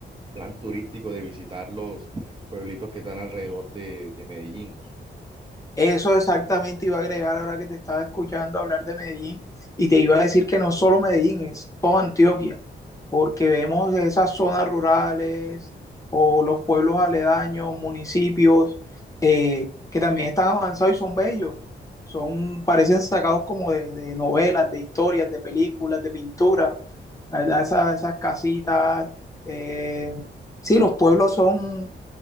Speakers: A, on the right; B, on the left.
A: plan turístico de visitar los pueblitos que están alrededor de, de Medellín?
B: Eso exactamente iba a agregar ahora que te estaba escuchando hablar de Medellín y te iba a decir que no solo Medellín, es toda Antioquia, porque vemos esas zonas rurales o los pueblos aledaños, municipios eh, que también están avanzados y son bellos, son, parecen sacados como de, de novelas, de historias, de películas, de pintura, la verdad, esas, esas casitas, eh, sí, los pueblos son